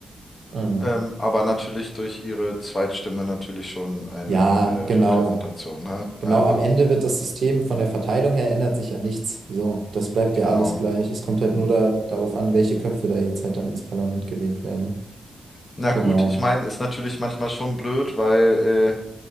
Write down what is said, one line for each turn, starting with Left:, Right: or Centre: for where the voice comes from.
Right: Ähm,
Left: Ähm, aber natürlich durch ihre Zweitstimme natürlich schon eine
Right: ja, genau.
Left: äh, Repräsentation, ne?
Right: Genau,
Left: Also.
Right: am Ende wird das System von der Verteilung her ändert sich ja nichts. So, das bleibt
Left: Genau.
Right: ja alles gleich. Es kommt halt nur da, darauf an, welche Köpfe da jetzt halt dann ins Parlament gewählt werden.
Left: Na
Right: Genau.
Left: gut, ich meine, ist natürlich manchmal schon blöd, weil äh,